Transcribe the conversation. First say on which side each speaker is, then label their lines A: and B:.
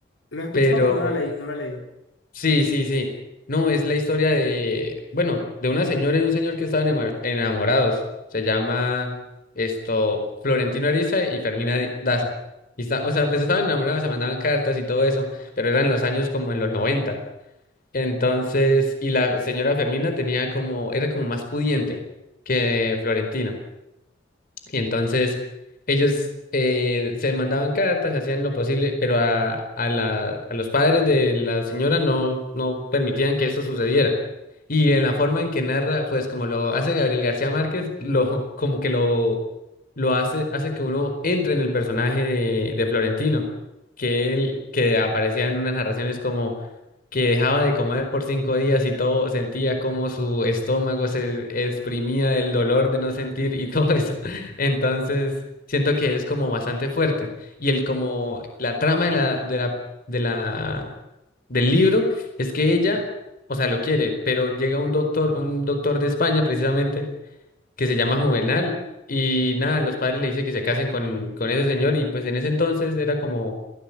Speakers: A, on the left; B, on the left.
A: Lo he escuchado,
B: pero
A: pero no la leí, no la leí.
B: Sí, sí, sí. No, es la historia de, bueno, de una señora y un señor que estaban ema- enamorados. Se llama esto Florentino Ariza y Fermina Daza. Y está, o sea, pues estaban enamorados, se mandaban cartas y todo eso, pero eran los años como en los 90. Entonces, y la señora Fermina tenía como, era como más pudiente que Florentino. Y entonces ellos eh, se mandaban cartas, hacían lo posible, pero a, a, la, a los padres de la señora no, no permitían que eso sucediera. Y en la forma en que narra, pues como lo hace Gabriel García Márquez, lo, como que lo, lo hace, hace que uno entre en el personaje de, de Florentino, que él, que aparecía en unas narraciones como que dejaba de comer por cinco días y todo sentía como su estómago se exprimía del dolor de no sentir y <laughs> todo eso. Entonces, siento que es como bastante fuerte. Y el como la trama de la, de la, de la, del libro es que ella, o sea, lo quiere, pero llega un doctor, un doctor de España precisamente, que se llama Juvenal, y nada, los padres le dicen que se casen con, con ese señor, y pues en ese entonces era como